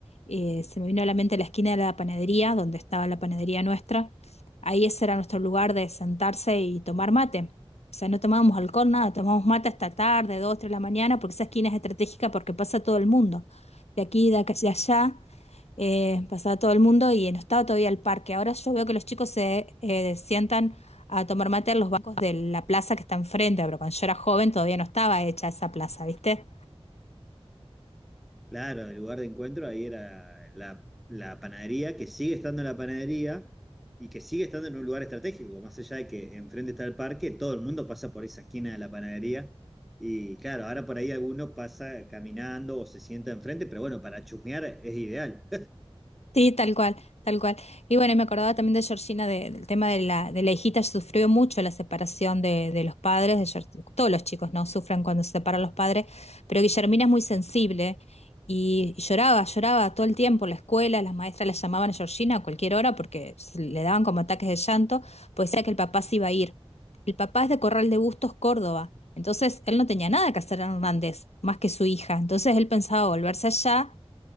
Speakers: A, on the left (about 85°); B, in the centre.
A: Eh, se me vino a la mente la esquina de la panadería, donde estaba la panadería nuestra. Ahí ese era nuestro lugar de sentarse y tomar mate. O sea, no tomábamos alcohol, nada, tomábamos mate hasta tarde, dos, tres de la mañana, porque esa esquina es estratégica porque pasa todo el mundo. De aquí, de acá, de allá, eh, pasaba todo el mundo y no estaba todavía el parque. Ahora yo veo que los chicos se eh, sientan a tomar mate en los bancos de la plaza que está enfrente, pero cuando yo era joven todavía no estaba hecha esa plaza, ¿viste?
B: Claro, el lugar de encuentro ahí era la, la panadería, que sigue estando en la panadería y que sigue estando en un lugar estratégico, más allá de que enfrente está el parque, todo el mundo pasa por esa esquina de la panadería. Y claro, ahora por ahí alguno pasa caminando o se sienta enfrente, pero bueno, para chusmear es ideal.
A: Sí, tal cual, tal cual. Y bueno, y me acordaba también de Georgina, de- del tema de la, de la hijita, sufrió mucho la separación de, de los padres, de Geor- todos los chicos no sufren cuando se separan los padres, pero Guillermina es muy sensible y lloraba, lloraba todo el tiempo en la escuela, las maestras la llamaban a Georgina a cualquier hora porque se- le daban como ataques de llanto, pues decía que el papá se
B: Mirá
A: iba a ir. El papá es de Corral de Bustos, Córdoba, entonces él no tenía nada que hacer en Hernández, más que su hija, entonces él pensaba volverse allá